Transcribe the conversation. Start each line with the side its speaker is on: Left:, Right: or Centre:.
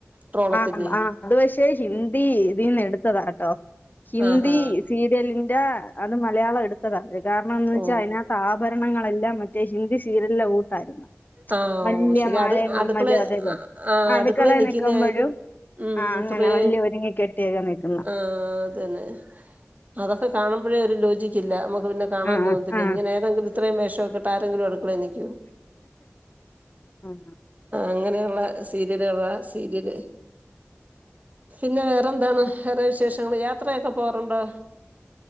Right: ട്രോളത്തില്ലേ
Left: ആ ആ അത് പക്ഷെ ഹിന്ദി ഇതിന്ന് എടുത്ത് <unintelligible> ത്തതാട്ടോ ഹിന്ദി
Right: ആഹാ
Left: സീരിയൽ ല്ല അത് മലയാളം എടുത്തതാ കാരണം എന്ന്‌ വെച്ചാ
Right: ഓ
Left: അതിനകത്ത് ആകൊര <unintelligible> <unintelligible> മറ്റേ ഹിന്ദി സീരിയലെ കൂട്ടായിരുന്നു
Right: ആഹ്
Left: വല്യ
Right: ഓ ശരി
Left: മാലയും
Right: അടു
Left: കമ്മലും
Right: അടുക്കള
Left: അതേപോലെ
Right: ആഹ്
Left: അടുക്കളെ
Right: അടുക്കള നിക്കി
Left: നിക്കുമ്പോഴും
Right: <unintelligible>
Left: ആ അങ്ങനെ വല്യ ഒരുങ്ങി കെട്ടിയൊക്കെ നിക്കുന്ന
Right: ആ അതെന്നെ അതൊക്കെ കാണുമ്പഴേ ഒരു രു <unintelligible> ഒന്നുല്ലേ കാണാൻ
Left: ആ
Right: തോന്നത്തില്ലേ
Left: ആ
Right: ഇങ്ങനെ ഏതെങ്കിലൊരു ഇത്രയും വേഷൊക്കെ ഇട്ട് ആരെങ്കിലും അടുക്കളെ നിക്ക് <unintelligible> ആഹ്
Left: ആ
Right: അങ്ങനെ യൊള്ള സീരിയലളാ സീരിയല് പിന്നെ വേറെന്താണ് വേറെ വിശേഷങ്ങള് യാത്രയൊക്കെ പോകാറുണ്ടോ?